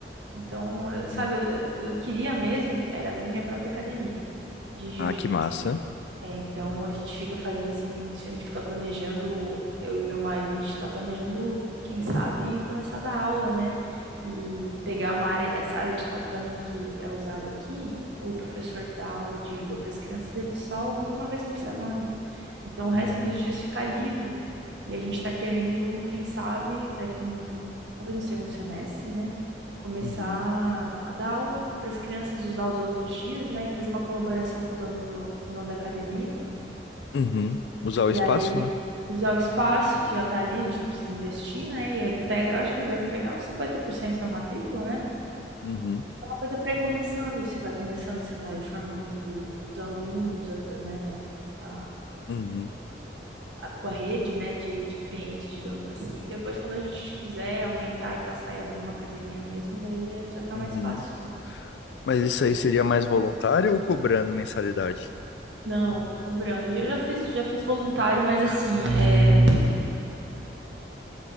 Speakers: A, on the right; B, on the left.
A: Então, eu-
B: uhum.
A: sabe, eu, eu queria mesmo era abrir minha própria academia de jiu-jitsu.
B: Ah, que massa.
A: É, então a gente fica fazendo assim, a gente fica planejando, eu e meu marido, a gente tá planejando, quem sabe, começar a dar aula, né? E pegar uma área, essa área de tatame que é usada aqui, o professor que dá aula de judô para as crianças, ele só usa uma vez por semana. Então, o resto
B: Uhum,
A: dos dias fica livre. E a gente está querendo, quem sabe, daqui um, talvez no segundo semestre, né? Começar
B: uhum,
A: a dar aula para as crianças usar os outros dias, né? E fazer uma colaboração com o dono, do, o dono da academia.
B: uhum. Usar
A: E
B: o espaço,
A: aí,
B: né?
A: usar o espaço que já está ali, a gente não precisa investir, né? E ele pega, eu acho que eles devem pegar uns 50% da matrícula, né?
B: Uhum,
A: É uma coisa para ir começando. Você vai começando, você vai formando os alunos, as- né? a-
B: uhum,
A: a tua rede, né, de, de clientes, digamos assim. depois, quando a gente quiser aumentar e passar e abrir uma academia mesmo, daí é, já tá
B: uhum.
A: mais fácil, né?
B: Mas isso aí seria mais voluntário ou cobrando mensalidade?
A: Não, cobrando. Eu já fiz, já fiz voluntário, mas assim, é...